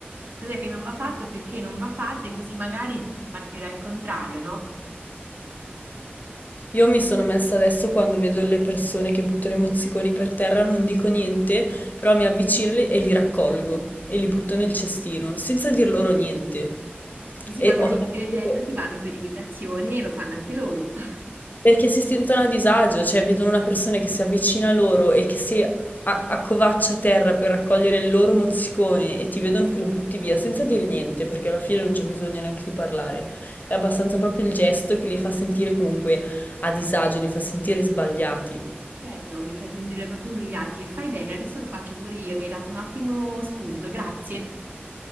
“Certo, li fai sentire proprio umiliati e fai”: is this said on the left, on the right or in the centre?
Right